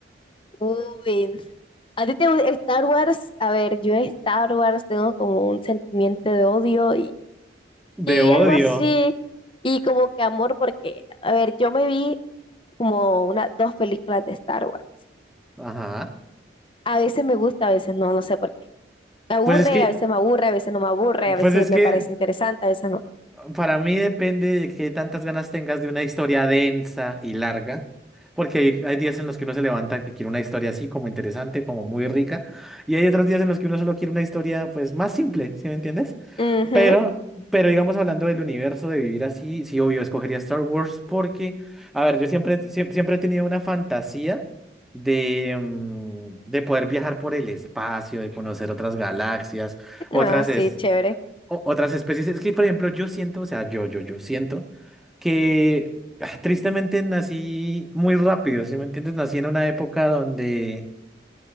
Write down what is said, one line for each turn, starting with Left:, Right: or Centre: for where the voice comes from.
Left: Uy, a ti te gusta Star Wars, a ver, yo en Star Wars tengo como un sentimiento de odio
Centre: De
Left: Y
Centre: odio.
Left: algo así, y como que amor, porque, a ver, yo me vi como una, dos películas de Star Wars.
Centre: Ajá.
Left: A veces me gusta, a veces no, no sé por qué. Me aburre,
Centre: Pues es que,
Left: a veces me aburre, a veces no me aburre, a veces
Centre: pues es
Left: me
Centre: que
Left: parece interesante, a veces no.
Centre: para mí depende de qué tantas ganas tengas de una historia densa y larga, porque hay, hay días en los que uno se levanta que quiere una historia así, como interesante, como muy rica, y hay otros días en los que uno solo quiere una historia, pues, más simple, ¿sí me entiendes?
Left: Ujú,
Centre: Pero, pero digamos, hablando del universo, de vivir así, sí, obvio, escogería Star Wars porque, a ver, yo siempre, siem- siempre he tenido una fantasía de, mm, de poder viajar por el espacio, de conocer otras galaxias
Left: ah
Centre: otras
Left: sí,
Centre: es-
Left: chévere.
Centre: o- otras especies. Es que, por ejemplo, yo siento, o sea, yo, yo, yo siento que ah, tristemente nací muy rápido, ¿sí me entiendes? Nací en una época donde,